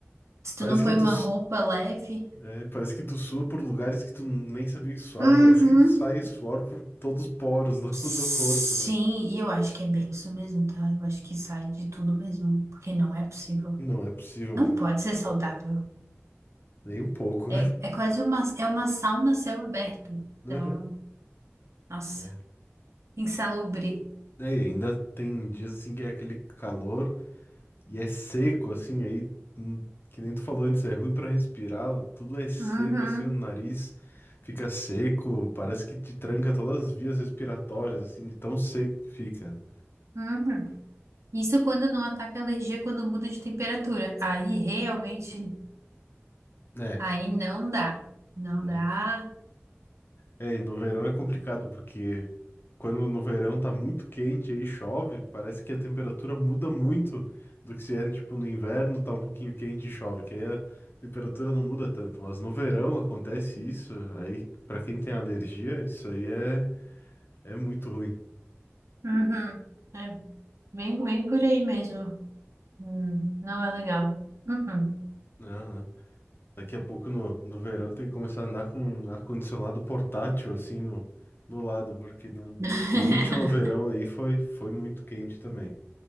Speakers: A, on the right; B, on the left.
A: Se
B: parece
A: tu não põe
B: que tu.
A: uma roupa leve.
B: É, parece que tu sua por lugares que tu nem sabia que suava.
A: Uhum.
B: Parece que tu sai suor por todos os poros <laughs> do,
A: Sim,
B: do corpo, né?
A: e eu acho que é bem isso mesmo, tá? Eu acho que sai de tudo mesmo, porque não é possível.
B: Não é possível,
A: Não
B: né?
A: pode ser saudável.
B: Nem um pouco.
A: É, é quase uma, é uma sauna a céu aberto. Então,
B: <laughs> Aham.
A: nossa,
B: É.
A: insalubre.
B: É, e ainda tem dias assim que é aquele calor e é seco, assim, aí, hum, que nem tu falou antes, é ruim pra respirar, tudo é seco,
A: Uhum,
B: assim, o nariz fica seco, parece que te tranca todas as vias respiratórias, assim, de tão seco que fica.
A: uhum. Isso quando não ataca a alergia quando muda de temperatura. Aí realmente,
B: É.
A: aí não dá. Não
B: é.
A: dá.
B: É, e no verão é complicado, porque quando no verão tá muito quente e aí chove, parece que a temperatura muda muito do que se é, tipo, no inverno tá um pouquinho quente e chove, que aí a temperatura não muda tanto. Mas no verão acontece isso, aí pra quem tem alergia, isso aí é, é muito ruim.
A: Uhum. É, bem, bem por aí mesmo. Hum, não é legal. Uhum.
B: Não, não. Daqui a pouco no, no verão tem que começar a andar com um ar-condicionado portátil, assim, no, no lado, porque não.
A: <laughs>
B: O último verão aí foi, foi muito quente também.